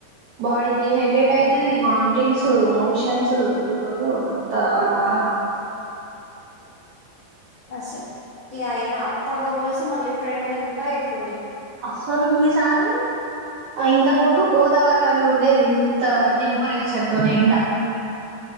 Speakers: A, on the right; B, on the left.
A: బాడీ డిహైడ్రేట్ అయితది వామిటింగ్స్ మోషన్స్ ఓఓ అంత ఆగ
B: అస్ ఈ అయినా అప్పటితో పోలిస్తే మళ్ళీ ఇప్పుడెండలు ఇంకా ఎక్కు
A: అస్సల్ వి‌ తారు ఆ ఇంతకు ముందు గోదావరి కనులు ఉండేది ఇంత టెంపరేచర్ తోని ఎండ